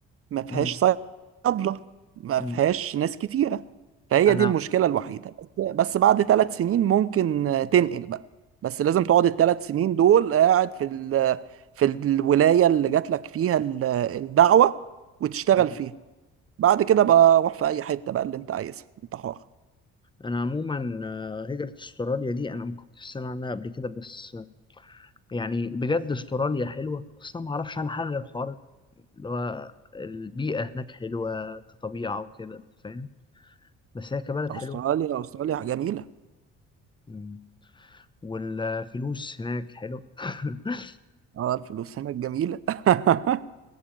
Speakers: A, on the right (about 50°); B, on the left (about 15°).
A: ما فيهاش
B: مم.
A: صيادله ما
B: مم.
A: فيهاش ناس كتيره فهي
B: أنا
A: دي المشكله الوحيده بس بس بعد ثلاث سنين ممكن تنقل بقى بس لازم تقعد الثلاث سنين دول قاعد في ال... في الولايه اللي جات لك فيها ال- الدعوه وتشتغل
B: أيوه
A: فيها بعد كده بقى روح في اي حته بقى اللي انت عايزها انت حر
B: أنا عموما آه، هجرة أستراليا دي أنا ما كنتش سامع عنها قبل كده بس يعني بجد استراليا حلوه اصلا ما اعرفش عنها حاجه غير الحوار اللي هو البيئه هناك حلوه كطبيعه وكده انت فاهم بس هي كبلد
A: استراليا
B: حلوه
A: استراليا جميله
B: مم. والفلوس هناك حلوه <laughs>
A: اه الفلوس هناك جميله <laughs>